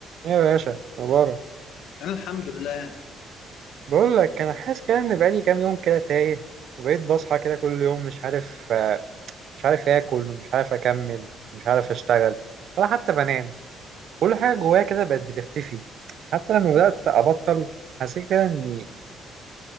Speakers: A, on the right; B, on the left.
A: ايه يا باشا مبارك
B: انا الحمد لله
A: بقول لك انا حاسس كده ان بقالي كام يوم كده تايه وبقيت بصحى كده كل يوم مش عارف آه، مش عارف اكل ومش عارف اكمل مش عارف اشتغل ولا حتى بنام كل حاجه جوايا كده بقت بتختفي حتى لما بدات ابطل حسيت كده اني